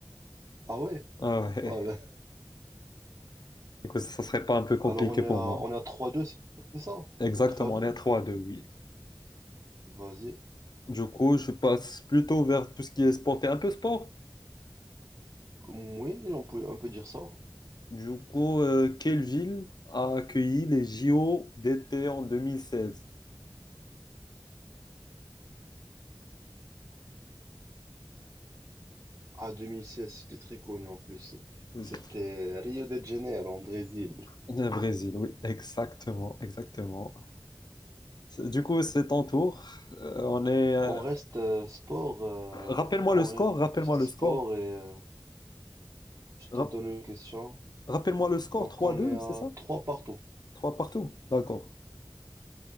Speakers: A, on the right; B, on the left.
A: Ah ouais?
B: Ah ouais,
A: Ah ben,
B: <laughs> du coup, ça serait pas un peu compliqué
A: alors on est
B: pour
A: à,
B: moi.
A: on est à trois deux c'est c'est ça?
B: Exactement,
A: trois deux
B: les trois deux, oui.
A: Vas-y.
B: Du coup, je passe plutôt vers tout ce qui est sport et un peu sport.
A: Oui, on peut, on peut dire ça.
B: Du coup, euh, quelle ville a accueilli les JO d'été en 2016?
A: Ah, 2016, c'était très connu en plus.
B: Vous
A: C'était
B: êtes-
A: Rio de Janeiro, en Brésil.
B: Le Brésil, oui, exactement, exactement. C'est- Du coup, c'est ton tour. Euh, on est. euh,
A: On reste euh, sport, euh,
B: Rappelle-moi
A: on
B: le score,
A: reste
B: rappelle-moi le
A: sport
B: score.
A: et euh, je te
B: Rap-
A: donne une question.
B: Rappelle-moi le score,
A: Donc,
B: Trois
A: on
B: deux,
A: est à
B: c'est ça?
A: trois partout.
B: 3 partout. D'accord,